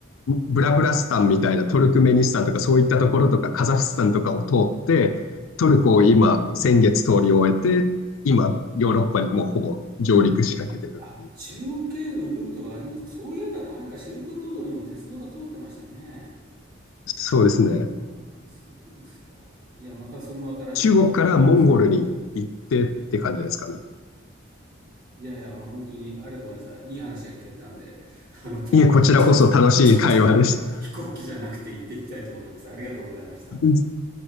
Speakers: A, on the left (about 80°); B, on the right (about 45°).
A: ブラブラスタンみたいなトルクメニスタンとかそういったところとかカザフスタンとかを通ってトルコを今先月通り終えて今ヨーロッパにもうほぼ上陸しかけてるっていう
B: ーあ、中国経由のルートがありますかそういえばなんかシルクロードにも鉄道が通ってましたね。
A: そうですね
B: あ、そうですか。いや、またそれも新しい発見です。
A: 中国からモンゴルに行ってって感じですかね
B: いやいや、まあ本当にありがとうございました。いい話が聞けたんで、あの、ポーランドちょっと、
A: いえこちらこそ楽しい会話でした
B: ちょっと飛行機じゃなくて行ってみたいと思います。ありがとうございました。
A: ぜ